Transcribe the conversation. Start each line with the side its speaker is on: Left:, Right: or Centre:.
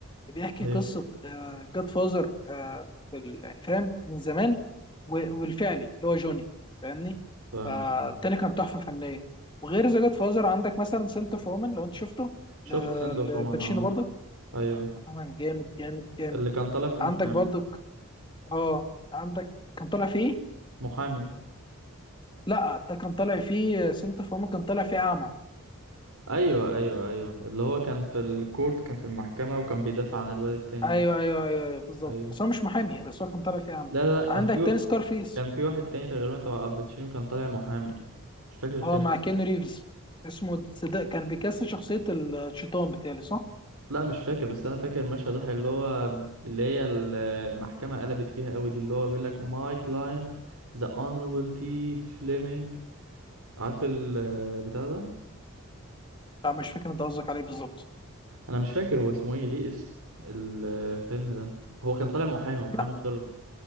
Left: بيحكي
Right: ايوه
Left: قصه جاد فازر يعني فاهم من زمان و- والفعلي اللي هو جوني فاهمني
Right: فاهمك
Left: فالتاني
Right: اه
Left: كان تحفه فنيه وغير ذا جاد فازر عندك مثلا سنت اوف وومن لو انت شفته ل-
Right: شفت سنت
Left: للباتشينو
Right: اوف وومن اه
Left: برضه
Right: ايوه
Left: كمان جامد جامد جامد
Right: اللي كان طالع فيه
Left: عندك
Right: محامي
Left: برضك اه عندك كان طالع فيه
Right: محامي
Left: لا ده كان طالع فيه سنت اوف وومن كان طالع فيه اعمى
Right: ايوه ايوه ايوه اللي هو كان في الكورت كان في المحكمة وكان بيدافع عن الواد التاني
Left: ايوه
Right: ده
Left: ايوه ايوه, أيوة بالظبط
Right: ايوه
Left: بس هو مش محامي بس هو كان طالع فيه عم
Right: لا لا لا كان
Left: عندك
Right: في
Left: تاني سكارفيس
Right: كان في واحد تاني تقريبا تبع الباتشينو كان طالع محامي مش فاكر الفيلم
Left: اه مع كين ريفز اسمه ده كان بيجسد شخصية الشيطان بتاعي صح؟
Right: لا مش فاكر بس انا فاكر مشهد واحد اللي هو اللي هي ال- المحكمه قلبت فيها قوي دي اللي هو بيقول لك ماي كلاينت ذا اونربل تي فليمنج عارف البتاع ده
Left: لا مش فاكر انت قصدك عليه بالظبط
Right: انا مش فاكر هو اسمه ايه ليه اسم الفيلم ده هو كان طالع محامي محامي
Left: لا
Right: شرف